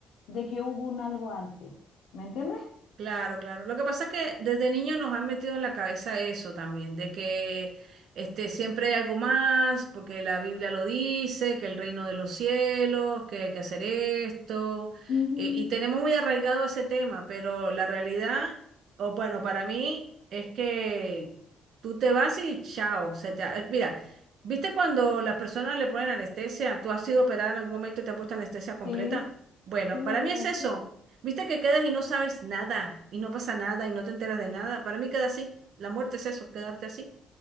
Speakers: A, on the left (about 80°); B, on the right (about 70°).
A: de que hubo un algo antes, ¿me entiendes?
B: Claro, claro. Lo que pasa es que desde niño nos han metido en la cabeza eso también, de que este, siempre hay algo más, porque la Biblia lo dice, que el reino de los cielos, que hay que hacer esto,
A: Ujú,
B: eh, y tenemos muy arraigado ese tema, pero la realidad, o bueno, para mí es que tú te vas y chao. Se te, eh, mira, ¿viste cuando las personas le ponen anestesia? ¿Tú has sido operada en algún momento y te han puesto anestesia completa?
A: Sí,
B: Bueno,
A: sí,
B: para
A: varias
B: mí es
A: veces.
B: eso. Viste que quedas y no sabes nada, y no pasa nada, y no te enteras de nada. Para mí queda así. La muerte es eso, quedarte así.